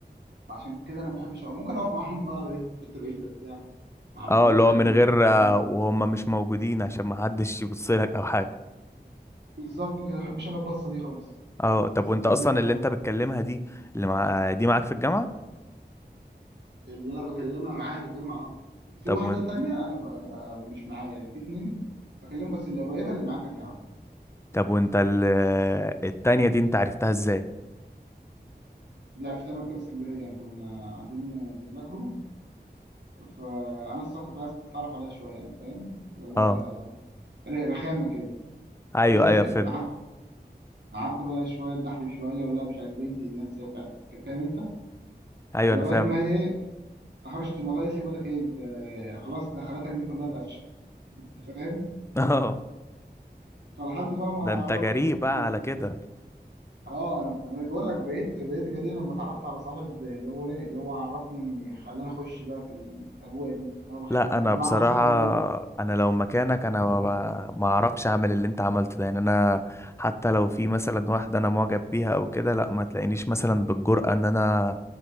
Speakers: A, on the right; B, on the left.
A: فعشان كده انا ما بحبش أو ممكن اقف معاهم بقى ايه في حته بعيده بتاع مع بنات
B: اه اللي
A: عمي
B: هو من غير
A: ولاد عمي
B: آه، وهم مش موجودين عشان ما حدش يبص لك او حاجه
A: بالظبط كده ما بحبش انا البصه دي خالص
B: اه طب
A: بصة
B: وانت
A: إن
B: اصلا
A: أنت
B: اللي انت بتكلمها دي اللي مع دي معاك في الجامعه
A: اللي انا بكلمها معاها في الجامعه اه وفي
B: طب
A: واحده
B: وانت
A: تانية انا ب... آه، مش معايا يعني في اتنين بكلمهم بس اللي قريبه اللي معايا في الجامعه
B: طب وانت ال... التانية دي انت عرفتها ازاي
A: دي عرفتها من مكتبه اسكندريه يعني كنا قاعدين بنذاكروا فانا الصراحه كنت عايز اتعرف عليها شويه يعني فاهم اللي هو
B: اه
A: ر- رخامه كده
B: ايوه
A: هي
B: ايوه فهمت
A: قعدت قعدت بقى شويه اتدحلب شويه ولا مش عارف ايه انت ناس بتاعت- فاهم انت
B: ايوه
A: لغايه
B: انا فاهم
A: ما هي ايه هرشت الموضوع قالت لي بقول لك ايه انت خلاص دخلاتك دي كلها اتقفشت انت فاهم
B: <laughs> اه
A: فلحد بقى ما
B: ده
A: عرفنا
B: انت جريء
A: انت في
B: بقى
A: كليه
B: على كده
A: اه انا بقول لك بقيت بقيت جدير لما اتعرفت على صاحب اللي هو ايه اللي هو عرفني خلاني اخش بقى في الاجواء دي اللي هو بخ-
B: لا
A: بمعنى
B: انا بصراحه
A: اصح اللي انا بقيت
B: انا لو مكانك انا ما ما ما اعرفش اعمل اللي انت عملته ده يعني انا حتى لو في مثلا واحده انا معجب بيها او كده لا ما تلاقينيش مثلا بالجرأة ان انا